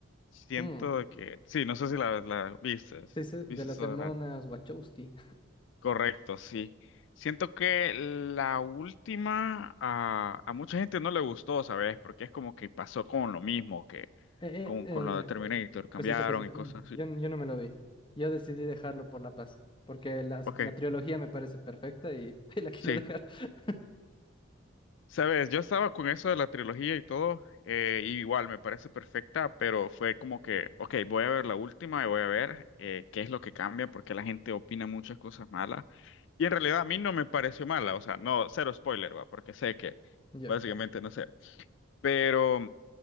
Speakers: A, on the left; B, on the left.
A: Siento
B: Mm,
A: que, sí, no sé si la, la viste,
B: sí, sí,
A: viste
B: de las
A: Solar.
B: hermanas Wachowski.
A: Correcto, sí. Siento que la última a, a mucha gente no le gustó, ¿sabes? Porque es como que pasó con lo mismo que
B: <laughs> eh,
A: con,
B: eh,
A: con lo de Terminator, cambiaron
B: Cosita, cosita.
A: y cosas
B: Y
A: así.
B: yo, yo no me lo vi. Yo decidí dejarlo por La Paz, porque las-
A: Ok,
B: la trilogía me parece perfecta y, <laughs> ahí la quiero
A: sí.
B: dejar. <laughs>
A: Sabes, yo estaba con eso de la trilogía y todo, eh, y igual me parece perfecta, pero fue como que, ok, voy a ver la última y voy a ver eh, qué es lo que cambia, porque la gente opina muchas cosas malas. Y en realidad a mí no me pareció mala, o sea, no, cero spoiler, va, porque sé que
B: Yo.
A: básicamente no sé, pero